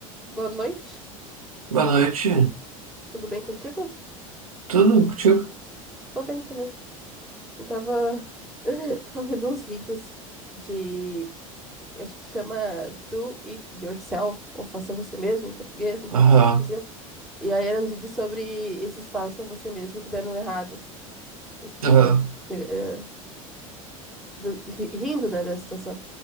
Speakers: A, in the centre; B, on the right.
A: Boa noite,
B: Boa noite.
A: tudo bem contigo?
B: Tudo contigo?
A: Tô bem também. Eu tava, <laughs> tava vendo uns vídeos de, acho que chama Do It Yourself, ou Faça Você Mesmo em português, no Bra-
B: Aham,
A: Brasil. E aí eram uns vídeos sobre esses Faça Você Mesmo que deram errado, assim. É tipo,
B: aham,
A: pe- é, dan- ri- rindo, né, da situação,